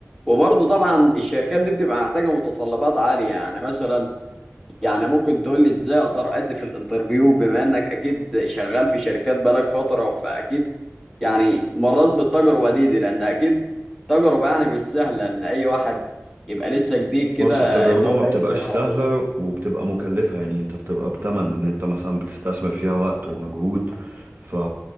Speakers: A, in the centre; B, on the right.
A: وبرضه طبعا الشركات دي بتبقى محتاجه متطلبات عاليه يعني مثلا يعني ممكن تقول لي ازاي اقدر ادي في الانترفيو بما انك اكيد شغال في شركات بقالك فترة فاكيد يعني مريت بالتجربة دي, دي لان اكيد تجربة يعني مش سهلة ان اي واحد يبقى لسه جديد كده
B: بص التجربة
A: ان هو
B: ما بتبقاش
A: يدخل
B: سهلة
A: على طول
B: وبتبقى مكلفة يعني انت بتبقى بتمن ان انت مثلا بتستثمر فيها وقت ومجهود ف...